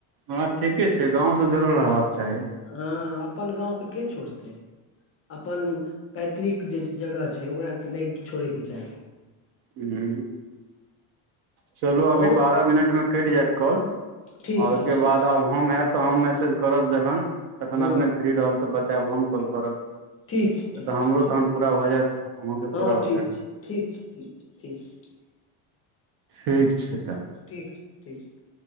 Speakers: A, on the right; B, on the left.
A: हँ ठीके छै गाँवसँ जुड़ल रहबाक चाही
B: हँ अपन गाँवके के छोड़तै अपन पैतृक जे जगह छै ओकरा नहि छोड़यके चाही
A: ह चलू अभी
B: अहूँ
A: बारह मिनटमे कटि जायत कॉल
B: ठीक
A: आ
B: छै
A: ओहिके
B: ठीक
A: बाद
B: छै
A: आब हम हयत तऽ हम मैसेज करब जखन तखन
B: हँ
A: अपने फ्री रहब तऽ बच तेब हम कॉल करब
B: ठीक छै ठीक
A: तऽ हमरो
B: छै ठीक
A: तहन पूरा भऽ जायत अहुंके
B: हँ
A: पूरा भऽ
B: ठीक
A: जायत
B: छै ठीक छै ठीक ठीक छै
A: ठीक छै तऽ
B: ठीक छै ठीक छै